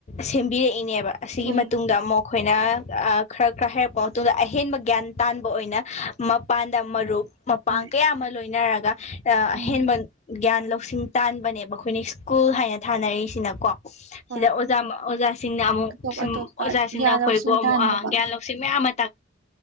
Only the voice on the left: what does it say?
ꯁꯦꯝꯕꯤꯔꯛꯏꯅꯦꯕ ꯑꯁꯤꯒꯤ
ꯃꯇꯨꯡꯗ ꯑꯃꯨꯛ ꯑꯈꯣꯏꯅ ꯈꯔ ꯈꯔ ꯍꯥꯏꯔꯛꯄ ꯃꯇꯨꯡꯗ ꯑꯍꯦꯟꯕ ꯒ꯭ꯌꯥꯟ ꯇꯥꯟꯕ ꯑꯣꯏꯅ ꯃꯄꯥꯟꯗ ꯃꯔꯨꯞ ꯃꯄꯥꯡ
ꯀꯌꯥ ꯑꯃ ꯂꯣꯏꯅꯔꯒ ꯑꯍꯦꯟꯕ
ꯒ꯭ꯌꯥꯟ ꯂꯧꯁꯤꯡ ꯇꯥꯟꯕꯅꯦꯕ ꯑꯈꯣꯏꯅ ꯁ꯭ꯀꯨꯜ ꯍꯥꯏꯅ ꯊꯥꯅꯔꯛꯏꯁꯤꯅꯀꯣ
ꯁꯤꯗ ꯑꯣꯖꯥ ꯑꯣꯖꯥꯁꯤꯡꯅ ꯑꯃꯨꯛ
ꯑꯣꯖꯥꯁꯤꯡꯅ
ꯑꯈꯣꯏꯕꯨ
ꯑꯃꯨꯛ
ꯑꯥ ꯒ꯭ꯌꯥꯟ ꯂꯧꯁꯤꯡ ꯃꯌꯥꯝ ꯑꯃ ꯇꯥꯛ